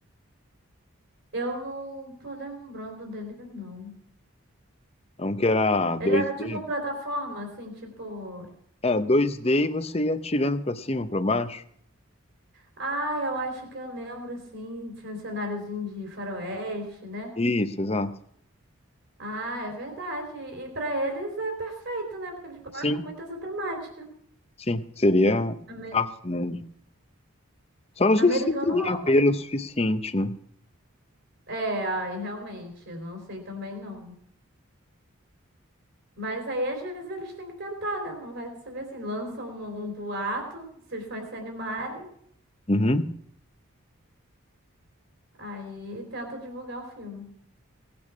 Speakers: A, on the right (about 65°); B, on the left (about 25°).
A: Eu não tô lembrando dele, não.
B: É um que era dois
A: Ele era
B: d
A: tipo plataforma, assim, tipo.
B: É, dois d e você ia atirando pra cima, pra baixo.
A: Ah, eu acho que eu lembro, assim, tinha um cenáriozinho de faroeste, né?
B: Isso, exato.
A: Ah, é verdade. E pra eles é perfeito, né? Porque eles
B: Sim,
A: gostam muito dessa temática.
B: sim. Seria
A: Amer-
B: fácil, né? Só não sei
A: Americano
B: se teria
A: ama.
B: apelo o suficiente, né?
A: É, aí realmente, eu não sei também não. Mas aí às vezes eles têm que tentar, né? Não vai saber assim, lançam um, um boato, se os fãs se animarem,
B: Uhum.
A: aí tenta divulgar o filme.